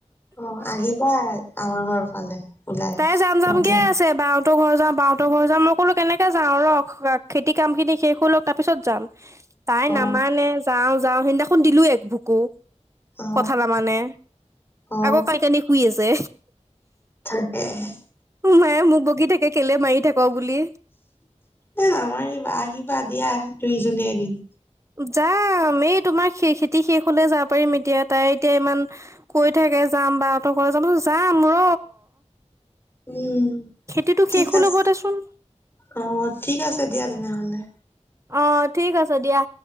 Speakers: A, on the left (about 20°); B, on the right (about 25°).
A: অ আহিবা আমাৰ ঘৰ ফালে। ওলাই
B: তাই যাম যাম
A: মাজে
B: কে আছে বাওঁ। ত' ঘৰ যাওঁ বাওঁতৰ ঘৰ যাম মই ক'লো কেনেক যাওঁ ৰ'। খেতি কাম খিনি শেষ হয় লওক তাৰ পিছত যাম। তাই
A: অ
B: নামানে যাওঁ যাওঁ সেইদিনাখন দিলো এক ভুকু।
A: অ
B: কথা নামানে,
A: অ
B: আকৌ কানি কানি শুই আছে।
A: তাকেহে।
B: মায়ে মোক বগি থাকে, কেলে মাৰি থাক বুলি।
A: এ' নামাৰিবা আহিবা দিয়া, দুইজনীয়ে এদিন।
B: যাম, এই তোমাৰ খে- খেতি শেষ হ'লে যাব পাৰিম, এতিয়া তাই এতিয়া ইমান কৈ থাকে যাম বা অঁত কলে যামতো যাম ৰ
A: উম
B: খেতিটো
A: ঠিক
B: শেষো
A: আছে
B: ল'ব দেচোন।
A: অ ঠিক আছে দিয়া তেনেহলে
B: অ ঠিক আছে দিয়া।